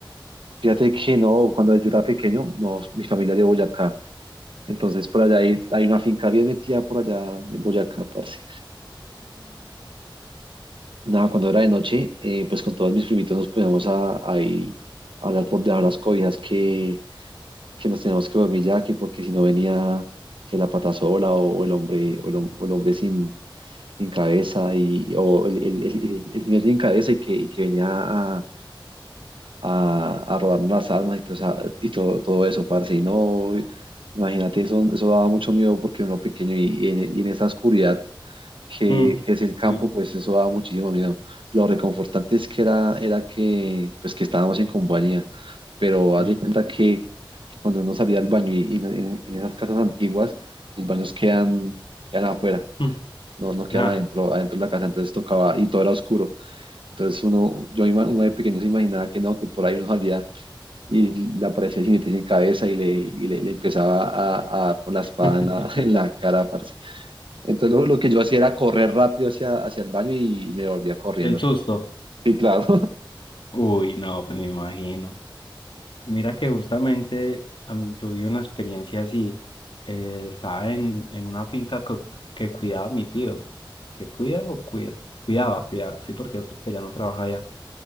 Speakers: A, on the right (about 75°); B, on the left (about 70°).
A: fíjate que no, cuando yo era pequeño, no, mi familia era de Boyacá, entonces por allá hay, hay una finca bien metida por allá en Boyacá, parce. Nada, cuando era de noche, eh, pues con todos mis primitos nos poníamos a, ahí a hablar por debajo de las cobijas que, que nos teníamos que dormir ya, que porque si no venía que la pata sola o, o el hombre, o el, hom- o el hombre sin, sin cabeza, y, o el, el, el, el- el jinete sin cabeza y que, y que venía a, a, a robarnos las almas y, todo, esa- y todo, todo eso, parce. Y no, imagínate, eso, eso daba mucho miedo porque uno pequeño y, y en, y en esa oscuridad que,
B: Mm,
A: que es el campo,
B: sí,
A: pues eso daba muchísimo miedo. Lo reconfortante es que era, era que, pues que estábamos en compañía, pero haz
B: eh,
A: de cuenta que, que cuando uno salía al baño y, y en, en esas casas antiguas, los baños quedan, quedan afuera,
B: mm,
A: no, no quedan
B: ah,
A: adentro, adentro de la casa, entonces tocaba y todo era oscuro. Entonces uno, yo ima- uno de pequeño se imaginaba que no, que por ahí uno salía y le aparecía el jinete sin cabeza y le, y le, le empezaba a, a dar con la espada
B: <laughs>
A: en la, <laughs> en la cara, parce. Entonces lo, lo que yo hacía era correr rápido hacia, hacia el baño y me volvía corriendo.
B: del susto.
A: Sí, claro.
B: Uy, no, pues me imagino. Mira que justamente a mí- yo viví una experiencia así. Eh, estaba en, en una finca co- que, cuidaba a mi tío. ¿Que cuida o cuida? Cuidaba, cuidaba, sí, porque, porque ya no trabaja allá.